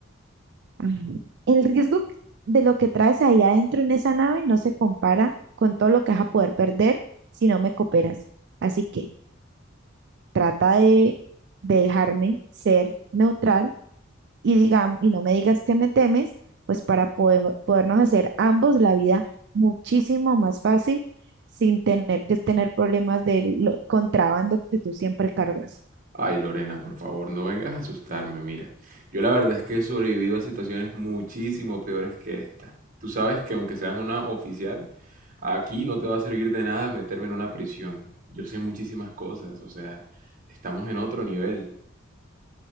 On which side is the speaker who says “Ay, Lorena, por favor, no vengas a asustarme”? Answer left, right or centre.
Right